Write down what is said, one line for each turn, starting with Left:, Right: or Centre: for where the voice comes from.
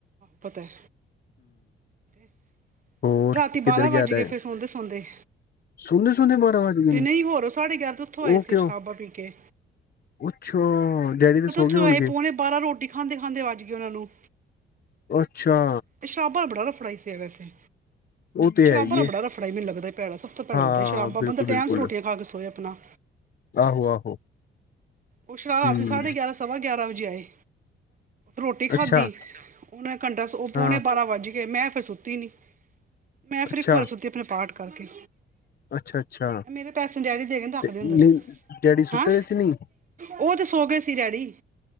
Right: ਪਤਾ ਐ <unintelligible>
Left: ਹੋਰ
Right: ਰਾਤੀ
Left: ਕਿੱਧਰ
Right: ਬਾਰਾਂ ਵਾੱਜ
Left: ਗਿਆ
Right: ਗੇ
Left: ਦਾ
Right: ਸੀ ਸੋਂਦੇ, ਸੋਂਦੇ
Left: ਸੋਨੇ ਸੋਨੇ ਬਾਰਾਂ ਵੱਜ ਗਏ
Right: ਤੇ
Left: ਨੇ
Right: ਨਈ ਹੋਰ ਸਾਡੇ ਗਯਾਰਾਂ ਤੇ ਓਥੋਂ ਆਏ
Left: ਉਹ
Right: ਸੀ,
Left: ਕਿਉਂ
Right: ਓ ਸ਼ਰਾਬਾ ਪੀਕੇ
Left: ਅੱਛਾ, ਡੈਡੀ ਤੇ ਸੋ
Right: ਓਥੋਂ
Left: ਗਏ ਹੋਣਗੇ
Right: ਆਏ ਪੋਣੇ ਬਾਰਾਂ ਰੋਟੀ ਖਾਂਦੇ, ਖਾਂਦੇ ਵਾੱਜ ਗੇ ਓਨਾਂ ਨੂੰ
Left: ਅੱਛਾ
Right: ਇਹ ਸ਼ਰਾਬਾਂ ਦਾ ਬੜਾ ਰਫੜਾ ਈ ਵੈਸੇ
Left: ਉਹ ਤੇ
Right: ਸ਼ਰਾਬਾਂ
Left: ਹੈ ਹੀ
Right: ਦਾ
Left: ਹੈ।
Right: ਬੜਾ ਰਫੜਾ ਈ ਮੈਨੂੰ ਲੱਗਦਾ ਸੀ ਭੈੜਾ ਸ ਉੱਥੇ ਪਤਾ
Left: ਹਾਂ
Right: ਲਗਦਾ ਸ਼ਰਾਬਾਂ
Left: ਬਿਲਕੁਲ
Right: ਬੰਦਾ
Left: ਬਿਲਕੁਲ
Right: ਟੈਮ 'ਚ ਰੋਟੀਆਂ ਖਾ ਕੇ ਸੋਹੇ ਆਪਣਾ
Left: ਆਹੋ ਆਹੋ
Right: ਉਹ ਰਾਤੀ
Left: ਹਮ
Right: ਸਾਢੇ ਗਿਆਰਾਂ ਸਵਾ ਗਿਆਰਾਂ ਵਜੇ ਆਏ ਰੋਟੀ ਖਾਧੀ,
Left: ਅੱਛਾ
Right: ਹੁਨ ਕੰਟਾ ਓ
Left: ਹਾਂ
Right: ਪੋਨੇ ਬਾਰਾਂ ਵਾੱਜ ਗੇ, ਮੈਂ ਫੇਰ ਸੁੱਤੀ ਨੀ ਮੈਂ ਫਿਰ
Left: ਅੱਛਾ
Right: ਇੱਕ ਵਾਰੀ ਸੁੱਤੀ ਆਪਣੇ ਪਾਠ ਕਰਕੇ।
Left: ਅੱਛਾ ਅੱਛਾ
Right: ਮੇਰੇ ਪੈਸੇ ਨੀ ਡੈਡੀ ਦੇ ਹਗੇ ਰਖਦੇ
Left: ਤੇ
Right: ਅੰਦਰ
Left: ਨਹੀਂ ਡੈਡੀ ਸੁੱਤੇ
Right: ਹੈਂ
Left: ਹੋਏ ਸੀ ਨਹੀਂ
Right: ਉਹ ਤੇ ਸੋ ਗਏ ਸੀ ਡੈਡੀ।